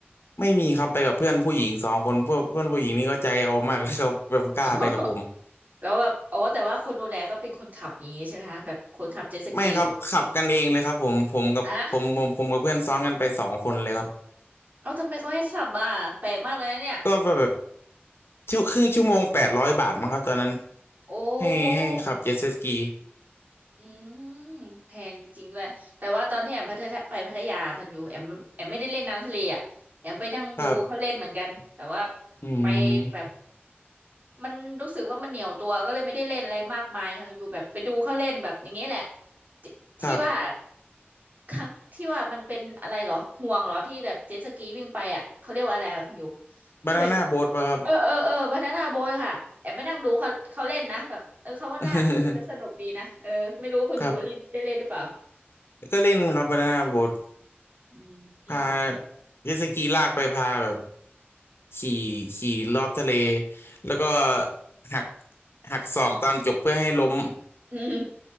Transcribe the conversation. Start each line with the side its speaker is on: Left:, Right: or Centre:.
Left: ไม่มีครับไปกับเพื่อนผู้หญิงสองคนเพื่อนเพื่อนผู้หญิงนี่ก็ใจเอามากเลยครับแบบกล้าไปกับผม
Right: <laughs> แล้วแบบอ๋อแต่ว่าคนดูแลก็เป็นคนขับอย่างงี้ใช่ไหมคะแบบคนขับเจ็ตสกีดูอะ
Left: ไม่ครับขับกันเองเลยครับผมผมกับผมผมผมกับเพื่อนซ้อนกันไปสองคนเลยครับ
Right: ฮะเอาทำไมเขาให้ขับมาแปลกมากเลยนะเนี่ย
Left: ก็แบบ ชั่วครึ่งชั่วโมงแปดร้อยบาทมั้งครับตอนนั้น
Right: โอ
Left: ให้ให้ขับเจ็ตสกี
Right: ้อืมแพงจริงด้วยแต่ว่าตอนที่แอมพัทยาไปพัทยาคันอยู่แอมแอมไม่ได้เล่นน้ำทะเลอะแอมไปนั่งดูเขาเล่นเหมือนกันแต่ว่า
Left: ครับอืม
Right: ไปแบบมันรู้สึกว่ามันเหนียวตัวก็เลยไม่ได้เล่นอะไรมากมายค่ะอยู่แบบไปดูเขาเล่นแบบอย่างนี้แหละที่ที่ว่า
Left: ครับ
Right: ครั้งที่ว่ามันเป็นอะไรเหรอห่วงเหรอที่แบบเจ็ตสกีวิ่งไปอ่ะเขาเรียกว่าอะไรอะคุณอยู่ที่เป็น
Left: บานาน่าโบ๊ทป่ะครับ
Right: เออเออเออบานาน่าโบยค่ะแอบไปนั่งดูเขาเขาเล่นนะแบบเออเขาก็น่าดูจะสนุกดีนะเออไม่รู้ว่าคุณอยู่เล่นได้เล่นหรือเปล่า
Left: <laughs> ครับก็เล่นครับบานาน่าโบ๊ท
Right: อืมอืม
Left: พาเจ็ตสกีลากไปพาแบบขี่ขี่รอบทะเลแล้วก็หักหักศอกตอนจบเพื่อให้ล้ม
Right: อืมอืม